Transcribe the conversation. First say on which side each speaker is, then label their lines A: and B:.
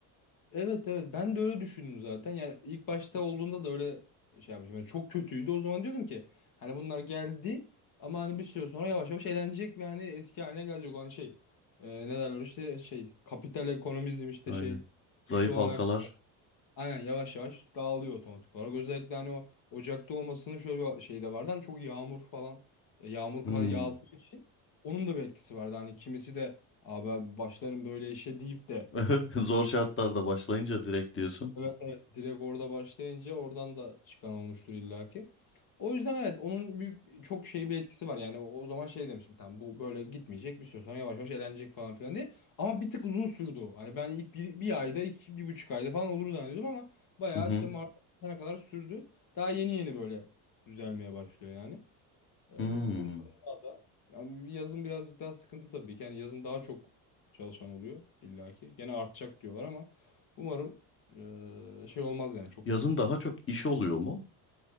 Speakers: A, on the left (about 50°); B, on the left (about 30°).
A: Evet evet ben de öyle düşündüm zaten. Yani ilk başta olduğunda da öyle şey yapmışım. Yani çok kötüydü. O zaman diyordum ki hani bunlar geldi ama hani bir süre sonra yavaş yavaş eğlenecek ve hani eski haline gelecek. O Hani şey e, ne derler işte şey kapital ekonomizm işte
B: Aynen.
A: şey
B: Zayıf
A: güçlü olarak
B: halkalar.
A: aynen yavaş yavaş dağılıyor otomatik olarak. Özellikle hani o Ocak'ta olmasının şöyle bir şey de vardı. Hani çok yağmur falan e, yağmur
B: Hmm.
A: kar yağdığı için onun da bir etkisi vardı. Hani kimisi de abi ben başlarım böyle işe deyip de
B: <laughs>
A: e,
B: Zor şartlarda başlayınca direkt diyorsun.
A: Evet evet direkt orada başlayınca oradan da çıkan olmuştur illaki. O yüzden evet onun bir, çok şey bir etkisi var. Yani o, o zaman şey demiştim tamam bu böyle gitmeyecek bir süre sonra yavaş yavaş elenecek falan filan diye. Ama bir tık uzun sürdü o. Hani ben ilk bir, bir ayda iki, bir buçuk ayda falan olur zannediyordum ama bayağı
B: Hı hı.
A: işte Mart sene kadar sürdü. Daha yeni yeni böyle düzelmeye başlıyor yani. Ee,
B: Hmm.
A: umarım daha da. Ama yazın birazcık daha sıkıntı tabii ki. Yani yazın daha çok çalışan oluyor illaki. Gene artacak diyorlar ama umarım eee, şey olmaz yani çok
B: Yazın daha çok iş oluyor mu?